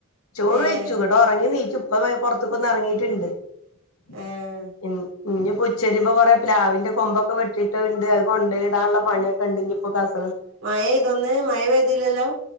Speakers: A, on the left (about 85°); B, on the right (about 70°).
A: ചോറ്
B: ഏഹ്
A: കയിച്ചു ഇന്നട്ട് ഒറങ്ങി എണീച്ചു ഇപ്പ പൊറത്തക്കൊന്ന് എറണീട്ടുണ്ട് <unintelligible>
B: ഏഹ്
A: ഇനി ഇപ്പ ഉച്ചരിമ്പൊ കൊറെ പ്ലാവിന്റെ കൊമ്പൊക്കെ വെട്ടിട്ടത്ണ്ട് അത് കൊണ്ടയ് ഇടാനുള്ള പണിയൊക്കെ ഇണ്ട് ഇനിയിപ്പോ കഷ്
B: മയ പെയ്തോ ഇന്ന് മയ പെയ്തില്ലല്ലോ?